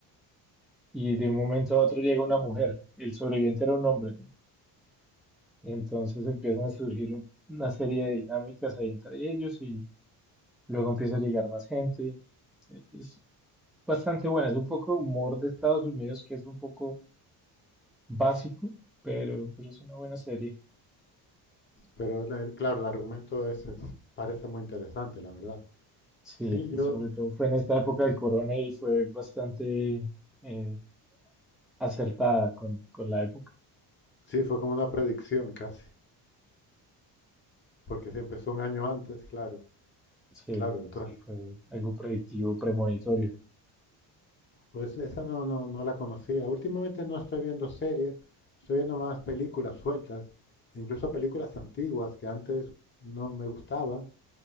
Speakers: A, in the centre; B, on the left.
A: Y de un momento a otro llega una mujer, el sobreviviente era un hombre, ¿no? Y entonces empiezan a surgir un- una serie de dinámicas ahí entre ellos y luego empieza a llegar más gente. Eh, Es bastante buena, es un poco humor de Estados Unidos que es un poco básico, pero, pero es una buena serie.
B: Pero la- el- claro, el argumento es, es- parece muy interesante, la verdad.
A: Sí,
B: Sí,
A: y
B: yo,
A: sobre todo fue en esta época del corona y fue bastante... eh, acertada con, con la época.
B: sí, fue como una predicción casi, porque si empezó un año antes, claro,
A: Sí,
B: claro, entonces.
A: sí, fue algo predictivo, premonitorio.
B: Pues esa no, no, no la conocía. Últimamente no estoy viendo series, estoy viendo más películas sueltas, incluso películas antiguas que antes no me gustaba